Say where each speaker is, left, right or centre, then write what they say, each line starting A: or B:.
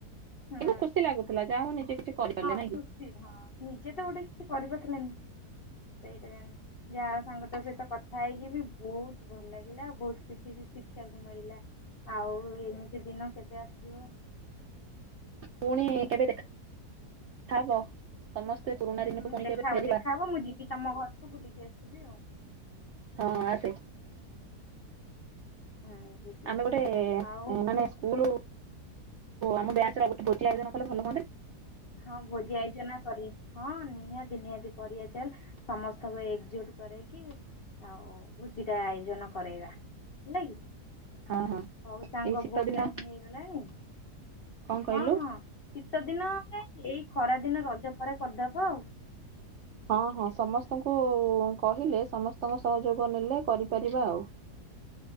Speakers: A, on the left; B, on the right.
A: ହୁଁ।
B: କିନ୍ତୁ ଖୁସି ଲାଗୁଥିଲା ଯାହା ହଉ ନିଜେ କିଛି କରିପାରିଲେ
A: ହଁ
B: ନାଇଁ କି
A: ଖୁସି ହଁ ନିଜେ ତ ଗୋଟେ କିଛି କରିପାରୁଥିଲେନି ସେଇଟା ଜାଣି ଯାହା ହଉ ସାଙ୍ଗ ତ ସହିତ କଥା ହେଇକି ବି ବହୁତ ଭଲ ଲାଗିଲା ଆଉ ବହୁତ କିଛି ବି ଶିଖିବାକୁ ମିଳିଲା ଆଉ ଏମିତି ଦିନ କେବେ ଆସିବ
B: ପୁଣି କେବେ ଦେଖା ହବ ସମସ୍ତେ ପୁରୁଣା ଦିନକୁ
A: ହୁଁ
B: ପୁଣି
A: ଦେଖାହବ
B: କେବେ ଫେରିବା?
A: ଦେଖାହବ ମୁଁ ଯିବି ତମ ଘରକୁ ବୁଲିକି ଆସିବି ଆଉ।
B: ହଁ ଆସେ।
A: ହୁଁ ଯିବି
B: ଆମେ ଗୋଟେ
A: ଆଉ
B: ମାନେ ସ୍କୁଲ। ଆମ ବ୍ୟଚ ର ଗୋଟେ ଭୋଜି ଆୟୋଜନ କଲେ ଭଲ ହୁଅନ୍ତାନି।
A: ହଁ ଭୋଜି ଆଇଜନା କରି ହଁ ନିହାତି ନିହାତି କରିବା ଚାଲ। ସମସ୍ତଙ୍କୁ ଏକଜୁଟ କରେଇକି, ଆଉ ଭୋଜି ଟା ଆୟୋଜନ କରେଇବା। ହେଲା କି,
B: ହଁ ହଁ
A: ହଉ ସାଙ୍ଗ
B: ଏଇ ଶୀତ
A: ବୋହୁ
B: ଦିନ
A: ତ୍ ଟାଇମ ହେଇଗଲାଣି।
B: କଣ କହିଲୁ
A: ହଁ ହଁ ଶୀତ ଦିନ କାଇଁ ଏଇ ଖରା ଦିନ ରଜ ପରେ କରିଦବା ଆଉ।
B: ହଁ ହଁ ସମସ୍ତଙ୍କୁ କହିଲେ, ସମସ୍ତଙ୍କ ସହଯୋଗ ନେଲେ କରିପାରିବା ଆଉ।